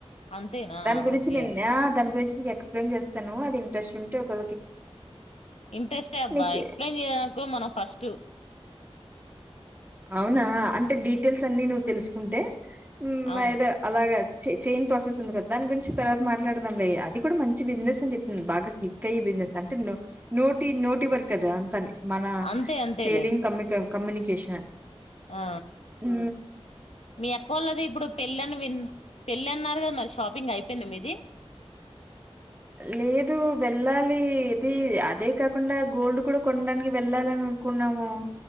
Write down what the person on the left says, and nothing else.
అంతేనా
ఓకే
ఇంట్రెస్టే అబ్బా
ఎక్స్ప్లెయిన్ చేయడానీకో మనం ఫస్ట్
అవును
అంతే అంతేలే
ఆ
మీ అక్కోళ్ళది ఇప్పుడు పెళ్ళి అని విన్ పెళ్ళి అన్నారు కదా మరి షాపింగ్ అయి పోయిందా మీది